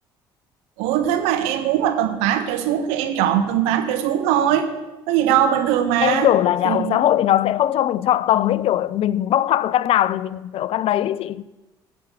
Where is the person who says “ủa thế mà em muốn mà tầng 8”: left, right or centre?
Right